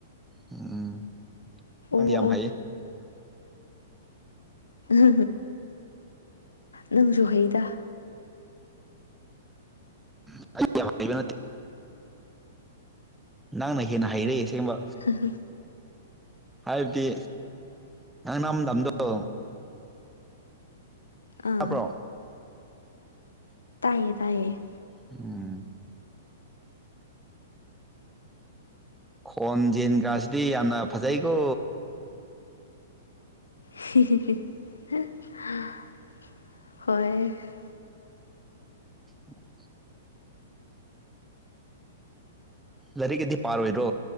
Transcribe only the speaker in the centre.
ꯎꯝ
ꯌꯥꯝ
ꯍꯥꯏꯌꯦ
<inaudible> ꯅꯪꯅ ꯍꯦꯟꯅ ꯍꯩꯔꯛꯏ ꯑꯁꯦꯡꯕ
ꯍꯥꯏꯕꯗꯤ ꯅꯪ ꯅꯝꯗꯝꯝꯗꯣ
ꯑꯞ꯭ꯔꯣ
ꯎꯝ ꯈꯣꯟ ꯌꯦꯖꯟꯒꯁꯤꯗꯤ ꯌꯥꯝꯅ ꯐꯖꯩꯀꯣ
ꯎꯝ ꯂꯥꯏꯔꯤꯛꯀꯗꯤ ꯄꯥꯔꯣꯏ꯭ꯔꯣ